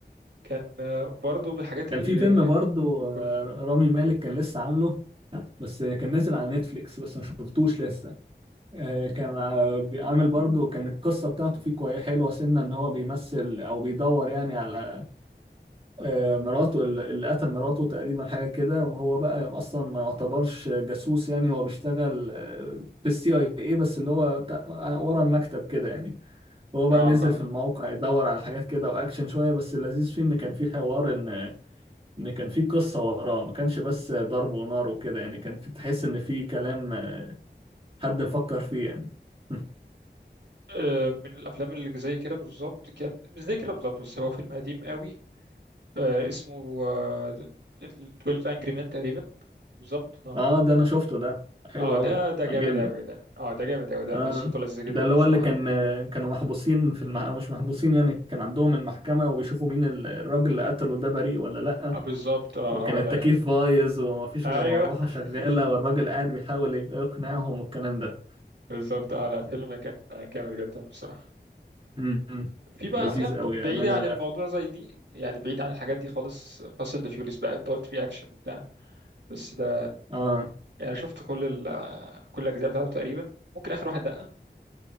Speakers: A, on the right; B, on the right.
A: كان آه، برضو من الحاجات
B: كان
A: اللي
B: في فيلم برضو آه،
A: قول.
B: رامي مالك كان لسه عامله بس كان نازل على نتفليكس بس ما شفتوش لسه آه، كان آه، عامل برضه كان القصة بتاعته فيه كويس حلوة سنة إن هو بيمثل أو بيدور يعني على آه، مراته ال- اللي قتل مراته تقريبا حاجة كده وهو بقى أصلا ما يعتبرش جاسوس يعني هو بيشتغل آه، في السي اي اي بس اللي هو تا- ورا المكتب كده يعني هو بقى
A: اه
B: نزل
A: فاهم
B: في الموقع يدور على حاجات كده وأكشن شوية بس اللذيذ فيه إن كان فيه حوار إن إن كان فيه قصة وراه ما كانش بس ضرب ونار وكده يعني كان في تحس إن فيه كلام آه، حد مفكر فيه يعني <laughs>
A: آه، من الافلام اللي زي كده بالظبط كان مش زي كده بالظبط بس هو فيلم قديم قوي آه، اسمه آه، 12 انجري مان تقريبا بالظبط اه
B: اه ده انا شفته ده حلو
A: اه
B: قوي
A: ده ده جامد
B: عجبني
A: اوي ده اه ده جامد اوي ده
B: اه
A: قصته لذيذة جدا
B: ده اللي
A: بصراحة
B: هو اللي كان كانوا محبوسين في المح... او مش محبوسين يعني كان عندهم المحكمة وبيشوفوا مين ال- الراجل اللي قتله ده بريء ولا لأ
A: آه، بالظبط اه
B: وكان
A: هو
B: التكييف
A: ده يعني
B: بايظ ومفيش
A: ايوه
B: غير مروحة شغالة
A: <laughs>
B: والراجل قاعد بيحاول يقنعهم والكلام ده
A: بالظبط اه لا فيلم كان جامد جدا بصراحة
B: امم
A: في بقى
B: لذيذ
A: افلام
B: قوي يا
A: بعيدة
B: أمانة
A: عن
B: الأخ
A: الموضوع زي دي يعني بعيد عن الحاجات دي خالص فاست اند فيوريوس بقى انت قلت فيه اكشن وبتاع بس ده
B: اه
A: يعني شفت كل ال... كل الاجزاء بتاعته تقريبا ممكن اخر واحد لا